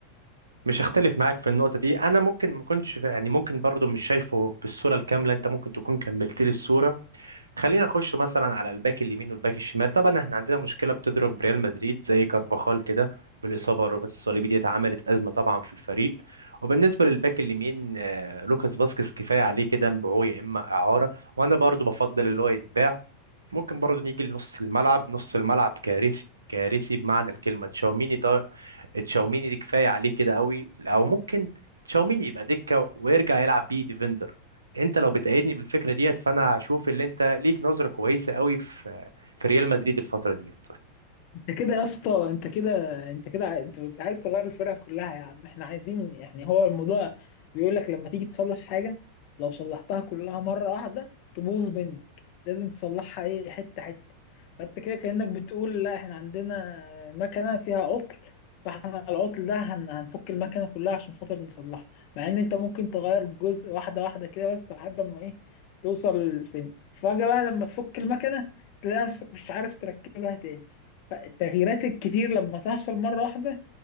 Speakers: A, on the right; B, on the left.
A: مش هختلف معاك في النقطه دي انا ممكن ما كنتش يعني ممكن برضو مش شايفه بالصوره الكامله انت ممكن تكون كملت لي الصوره خلينا نخش مثلا على الباك اليمين والباك الشمال طبعا احنا عندنا مشكله بتضرب ريال مدريد زي كارفاخال كده بالاصابه الرباط الصليبي ديت عملت ازمه طبعا في الفريق وبالنسبه للباك اليمين آه، لوكاس فاسكيز كفايه عليه كده مبيعوه يا اما اعاره وانا برضو بفضل اللي هو يتباع ممكن برضو نيجي لنص الملعب نص الملعب كارثي كارثي بمعنى الكلمه تشاوميني تشاوميني دي كفايه عليه كده قوي او ممكن تشاوميني يبقى دكه ويرجع يلعب بيه ديفندر انت لو بتأيدني بالفكره ديت فانا هشوف اللي انت ليك نظره كويسه قوي في في ريال مدريد الفتره ديت
B: انت كده يا اسطى انت كده انت كده عاي- انت بت- عايز تغير الفرقه كلها يا عم احنا عايزين يعني هو الموضوع بيقول لك لما تيجي تصلح حاجه لو صلحتها كلها مره واحده تبوظ منك لازم تصلحها ايه حته حته فانت كده كانك بتقول لا احنا عندنا مكنه فيها عطل فاحنا على العطل ده هن- هنفك المكنه كلها عشان خاطر نصلحها مع ان انت ممكن تغير جزء واحده واحده كده بس لحد ما ايه توصل فين فجاه بقى لما تفك المكنه تلاقي نفسك مش عارف تركبها تاني فالتغييرات الكتير لما تحصل مرة واحدة